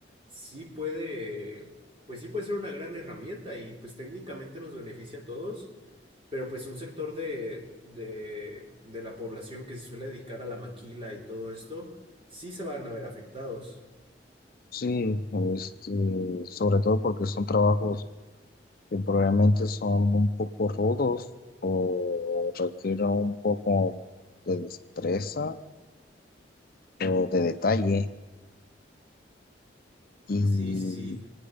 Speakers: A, on the right (about 30°); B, on the left (about 50°).
A: sí puede, pues sí puede ser una gran herramienta y pues técnicamente nos beneficia a todos, pero pues un sector de, de, de la población que se suele dedicar a la maquila y todo esto, sí se van a ver afectados.
B: Sí, este, sobre todo porque son trabajos que probablemente son un poco rudos o requieren un poco de destreza o de detalle y,
A: Sí, sí, sí.